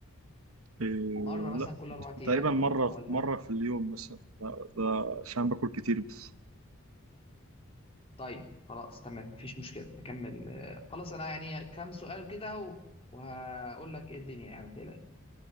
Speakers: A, on the right (about 80°); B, on the left (about 25°).
A: إيه
B: مره مثلا
A: لا
B: كل اربع ايام
A: تقريبا مرة
B: او ولا
A: مرة في اليوم مثلا ده, ده عشان باكل كتير بس
B: طيب خلاص تمام مفيش مشكله نكمل آه، خلاص انا يعني كام سؤال كده و... وهقول لك ايه الدنيا يعني ما تقلقش